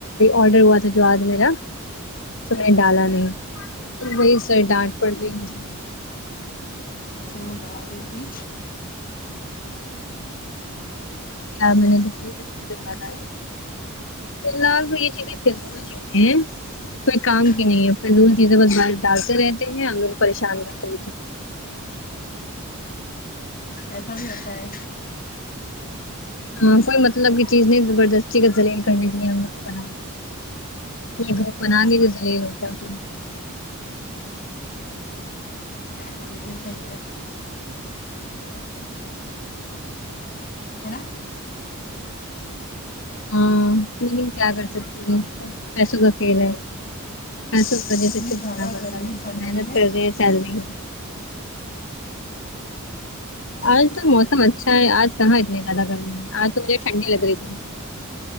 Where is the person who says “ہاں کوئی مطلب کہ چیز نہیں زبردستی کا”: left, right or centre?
Left